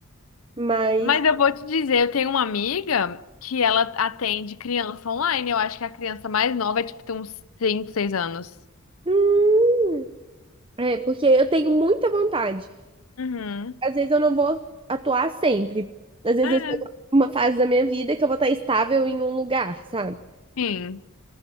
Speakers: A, on the right; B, on the left.
A: Mas.
B: Mas eu vou te dizer, eu tenho uma amiga que ela atende criança online. Eu acho que a criança mais nova é tipo tem uns cinco seis anos.
A: hum, É, porque eu tenho muita vontade.
B: Uhum.
A: Às vezes eu não vou atuar sempre. Às vezes
B: É,
A: eu estou numa fase da minha vida que eu vou estar estável em um lugar, sabe?
B: sim.